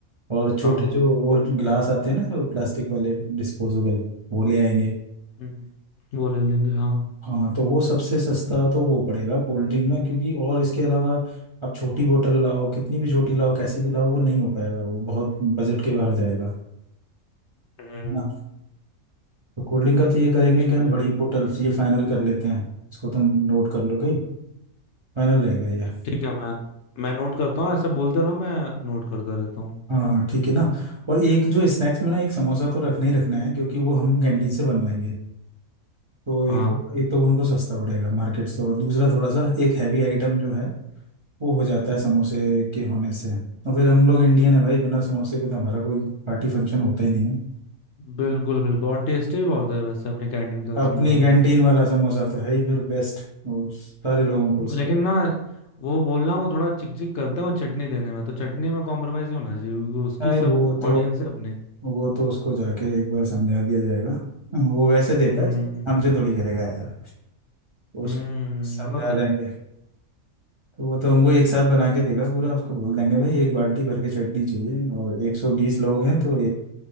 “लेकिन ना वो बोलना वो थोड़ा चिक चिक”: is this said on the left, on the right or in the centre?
Left